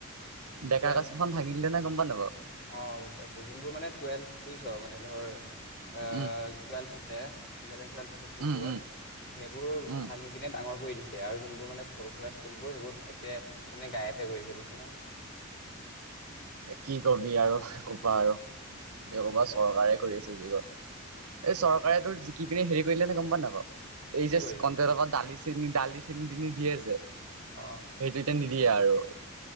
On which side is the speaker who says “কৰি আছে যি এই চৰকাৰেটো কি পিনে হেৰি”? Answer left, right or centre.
Right